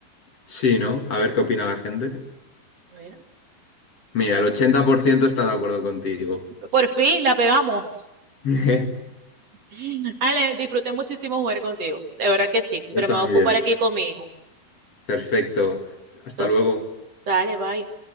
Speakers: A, on the left (about 45°); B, on the right (about 50°).
A: Sí, ¿no? A ver qué opina la gente.
B: A ver,
A: Mira, el 80% está de acuerdo contigo.
B: por fin la pegamos.
A: <laughs>
B: <laughs> Ale, disfruté muchísimo jugar contigo. De verdad que sí,
A: Yo
B: pero
A: también.
B: me voy a ocupar aquí con mi hijo.
A: Perfecto. Hasta
B: Entonces,
A: luego.
B: dale, bye.